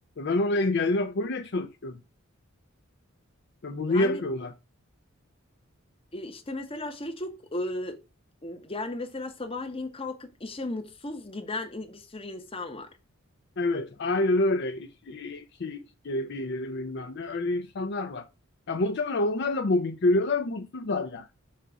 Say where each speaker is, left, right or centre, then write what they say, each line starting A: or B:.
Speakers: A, on the left (about 50°); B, on the left (about 25°).
A: Ben orada engelli raporuyla çalışıyorum. Ve bunu
B: Yani
A: yapıyorlar.
B: e, işte mesela şey çok e, yani mesela sabahleyin kalkıp işe mutsuz giden bir sürü insan var.
A: Evet, aynen öyle. İki, iki, iki kere bir ileri bilmem ne. Öyle insanlar var. Ya muhtemelen onlar da mobbing görüyorlar, mutsuzlar yani.